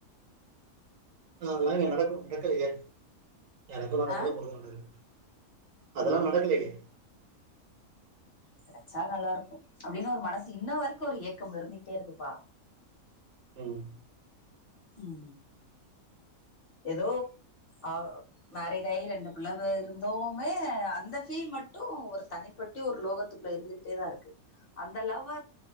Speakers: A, on the right; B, on the left.
A: ஆனா இங்க நடக்கணு நடக்கலைய எனக்கும் நடக்கல
B: ஆ
A: உங்களுக்கு நடக்கல அதெல்லாம்
B: ம்
A: நடக்கலயே
B: கிடைச்சா நல்லா இருக்கும் அப்படின்னு ஒரு மனசு இன்ன வரைக்கும் ஒரு இயக்கம் இருந்துகிட்டே இருக்குப்பா
A: ம்
B: உம் ஏதோ ஆஹ மேரிட் ஆகி ரெண்டு பிள்ளவ இருந்தோமே அந்த ஃபீல் மட்டும் ஒரு தனிப்பட்டி ஒரு லோகத்துக்குள்ள இருந்துகிட்டே தான் இருக்கு அந்த லவ்வ